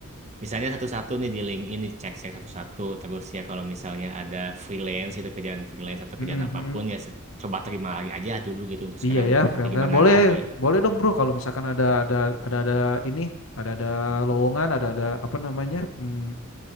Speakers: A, on the right; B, on the left.
A: misalnya satu-satu nih di LinkedIn dicek-cek satu-satu terus ya kalau misalnya ada freelance itu kerjaan freelance atau
B: Mm-mm.
A: kerjaan apapun ya se- coba terima lagi aja dulu gitu untuk sekarang
B: Iya ya, friend-friend
A: ya gimana
B: boleh
A: lagi
B: boleh dong bro kalau misalkan ada ada ada ada ini ada ada lowongan ada ada apa namanya hmm,